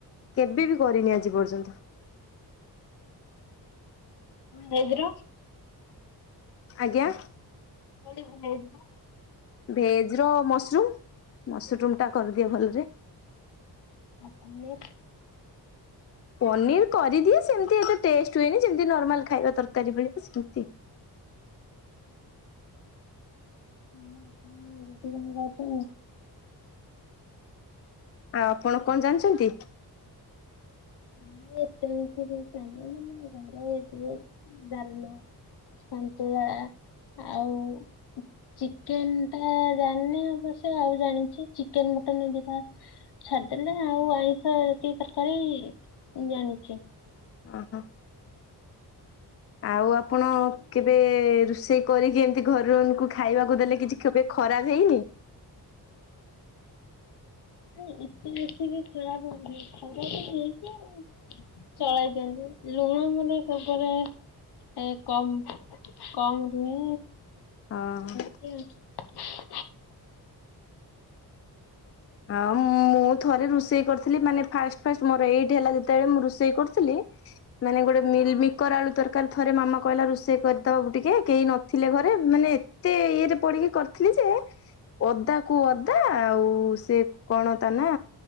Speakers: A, on the left; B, on the left.
A: କେବେ ବି କରିନି ଆଜି ପର୍ଯ୍ୟନ୍ତ।
B: ସେଇଥିରୁ।
A: ଆଜ୍ଞା।
B: <unintelligible>
A: ଭେଜ ର ମସରୁମ ମସରୁମ ଟା କରିଦିଅ ଭଲରେ।
B: ଆପଣ
A: ପନିର୍ କରିଦିଏ ସେମିତି ଏତେ ଟେଷ୍ଟ ହୁଏନି ଯେମିତି ନର୍ମାଲ ଖାଇବା ତରକାରୀ ଭଳି ସେମିତି
B: ହୁଁ। ହ ଆପଣ କେମି ଯାଉଛନ୍ତିି।
A: ଆଉ ଆପଣ କଣ ଜାଣିଛନ୍ତି?
B: ମୁଁ ଏତେ ମିଷ ଚାଣିଲ ଘର ଟେ ଡାଲମା। ସନ୍ତୁଳା ଆଉ ଚିକେନ ଟା ଜାଣିନି ଅବଶ୍ୟ ସେ୍ୟ ଆଉ ଜାଣିଛି ଚିକେନ ମଟନ୍ ଏ ଛାଡିଦେଲେ ଆଉ ଆଇଁଷ ଯେତିକି ତରକାରୀ ଜାଣିଛି।
A: ଓହୋ। ଆଉ ଆପଣ କେବେ ରୋଷେଇ କରିକି ଏମିତି ଘରଙ୍କୁ ଖାଇବାକୁ ଦେଲେ କିଛି କେବେ ଖରାପ ହେଇନି।
B: ନାଇ ଏତେ ବେଶୀ ବି ଖରାପ ହେଇନି ଖରାପ ହେଇଛି। ଚଳେଇ ଦିଅନ୍ତି ଲୁଣ ମର ସବରେ ଏ କମ କମ ରୁହେ।
A: ଓହୋ।
B: ଏମିତି ଆଉ।
A: ହଁ ମୁଁ ଥରେ ରୋଷେଇ କରିଥିଲି ମାନେ ଫାଷ୍ଟ ଫାଷ୍ଟ ମୋର ଏଇଟ ହେଲା ଯେତେବେଳେ ମୁଁ ରେଇ ସେଇ କରୁଥିଲି। ମାନେ ଗୋଟେ ମିକର ଆଳୁ ତରକାରୀ ଥରେ ମାମା କହିଲା ରୋଷେଇ କରିଦବ ଟିକେ କେହି ନଥିଲେ ଘରେ ମାନେ ଏତେ ଇଏରେ ପଡିକି କରିଥିଲି ଯେ ଅଦା କୁ ଅଦା ଆଉ ସେ କଣ ତା ନା